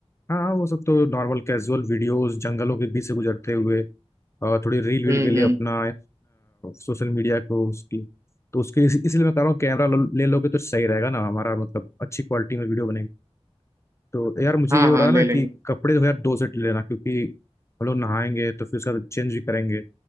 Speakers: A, on the left; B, on the right.
A: हाँ वो सब तो नॉर्मल कैजुअल वीडियोस जंगलों के बीच से गुजरते हुए और थोड़ी रील वील
B: हम्म
A: के लिए
B: हम्म
A: अपना सोशल मीडिया को उसकी तो उसके इस- इसलिए मैं कह रहा हूँ कैमरा ले लोगे तो सही रहेगा ना हमारा मतलब अच्छी क्वालिटी में वीडियो तो यार मुझे
B: हाँ
A: ये हो
B: हाँ
A: रहा है
B: ले
A: ना
B: लेंगे
A: कि कपड़े जो है यार दो सेट लेना क्योंकि हम लोग नहाएंगे तो फिर उसका चेंज भी करेंगे